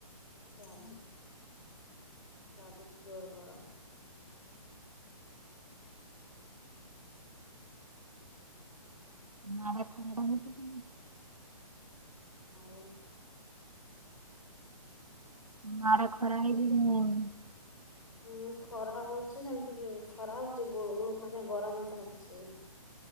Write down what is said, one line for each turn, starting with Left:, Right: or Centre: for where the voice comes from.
Left: ଏ ଆଜି ଲାଗୁଛି ଜୋର ଗରମ।
Right: <unintelligible>
Left: ଆଉ।
Right: ମାଡ଼ <unintelligible>
Left: ହୁଁ ଖରା ହଉଛି ସେମିତି ବି ଖରା ହଉଛି ଗୁଳୁ ଗୁଳୁ ମାନେ ଗରମ ଟା ବେଶୀ